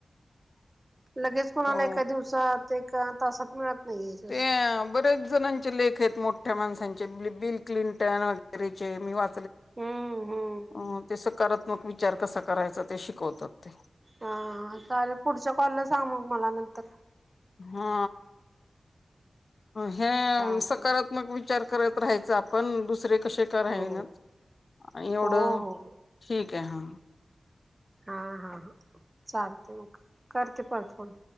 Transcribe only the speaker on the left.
हो
ते बरेच जणांचे लेख आहेत मोठ्या माणसांचे बिल क्लिंटन वगैरेचे मी वा...
अ ते सकारात्मक विचार कसा करायचा ते शिकवतात ते...
हा हे
सकारात्मक वि.. उपचार करत राहायचं आपण दुसरे... कसे का राहिनात
एवढं
ठीक आहे हा...